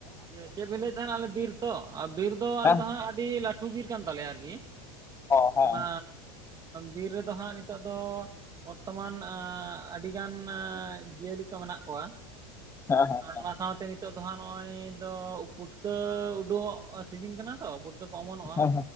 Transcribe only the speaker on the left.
ᱦᱮᱸ
ᱚ ᱦᱮᱸ
ᱦᱮᱸ ᱦᱮᱸ
ᱦᱮᱸ
ᱦᱮᱸ ᱦᱮᱸ